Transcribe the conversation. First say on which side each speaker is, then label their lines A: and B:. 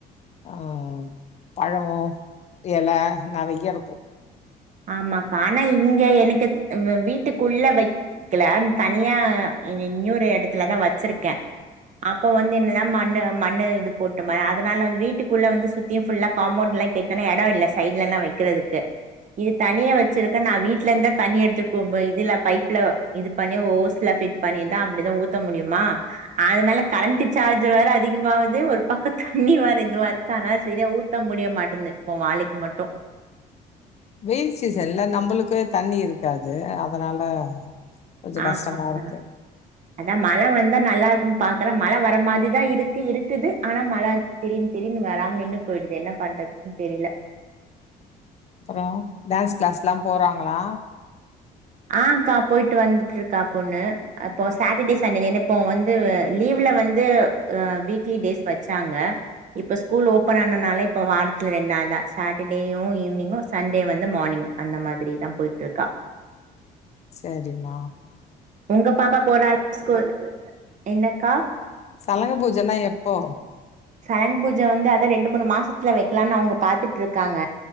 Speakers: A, on the left; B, on the right.
A: ஆ பலோ எல நெறைய இருக்கு
B: ஆமாக்கா ஆனா இங்க எனக்கு வெ வீட்டுக்குள்ள வைக்ல தனியா இங் இன்னொரு எடத்துலதா வச்சிருக்கே அப்போ வந்து என்னனா மண்ணு மண்ணு இது போட்டுமே அதுனால வந்து வீட்டுக்குள்ள வந்து சுத்தியூ ஃபுல்லா காம்பவுண்ட்ல கெட்டுன்னா எடோ இல்ல சைட்லல்லா வக்கிறதுக்கு இது தனியா வச்சிருக்கே நா வீட்டுல இருந்தா தண்ணி எடுத்துக்கோ இதுல பைப்ல இது பண்ணி ஓஸ்ல ஃபிட் பண்ணிதா அப்டிதா ஊத்த முடியுமா அதனால கரண்ட் சார்ஜ் வேற அதிகமாவுது ஒரு பக்கம் தண்ணி வேற இதுவா இருக்கு அதனால சரியா ஊத்த முடிய மாட்டேந்து இப்போ வாழைக்கு மட்டு
A: வெயில் சீசன்ல நம்மளுக்கே தண்ணி இருக்காது அதனால கொஞ்சம்
B: ஆமாக்க
A: கஷ்டமா இருக்கு
B: அதா மழ வந்தா நல்லா இருக்கும்ன் பா அக்கற மழ வர மாதிரிதா இருக்கு இருக்குது ஆனா மழ திடின்னு திடின்னு வராமனு நின்று போயிடுது என்ன பண்றதுன்னு தெரியல
A: அப்புறோ டான்ஸ் க்ளாஸ்லா போறாங்ளா
B: ஆங்க்கா போய்ட்டு வந்துட்டு இருக்கா பொண்ணு அப்போ சாட்டர்டே சண்டேன இப்போ வந்து லீவ்ல வந்து அ வீக்லி டேஸ் வச்சாங்க இப்ப ஸ்கூல் ஓபன் ஆனனால இப்ப வாரத்துல ரெண்டு நாள் தான் சாட்டர்டேயு ஈவினிங்கு சண்டே வந்து மார்னிங் அந்த மாதிரி தா போயிட்ருக்கா
A: செரிமா
B: உங்க பாப்பா போற ஸ்கூ என்னக்கா
A: சலங்க பூஜல்லா எப்போ
B: சலங் பூஜை வந்து அதா ரெண்டு மூணு மாசத்துல வைக்கலாம்னு அவங்க பாத்துட்ருக்காங்க